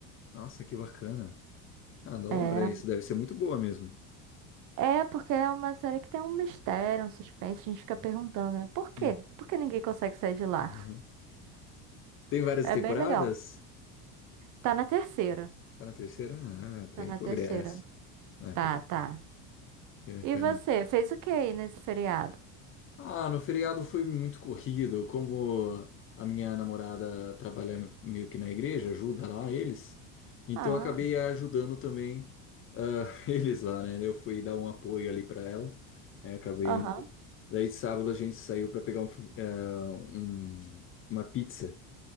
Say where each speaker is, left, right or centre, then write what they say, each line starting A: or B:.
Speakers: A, on the left; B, on the right.
A: Nossa, que bacana. Adoro
B: É,
A: isso. Deve ser muito boa mesmo.
B: é porque é uma série que tem um mistério, um suspense, a gente fica perguntando, né? Por quê?
A: Hum.
B: Por que ninguém consegue sair de lá?
A: Uhum. Tem várias
B: É
A: temporadas?
B: bem legal. Tá na terceira.
A: Tá na terceira? Ah, tá
B: Tá
A: em
B: na
A: progresso.
B: terceira.
A: Ah,
B: Tá,
A: que bacana.
B: tá.
A: Que bacana.
B: E você, fez o que aí nesse feriado?
A: Ah, no feriado foi muito corrido. Como a minha namorada trabalha meio que na igreja, ajuda lá eles, então
B: Ah,
A: eu acabei ajudando também ah, <laughs> eles lá, né? Eu fui dar um apoio ali para ela, né? Acabei
B: aham.
A: indo. Daí de sábado a gente saiu para pegar um fi- ah, um- uma pizza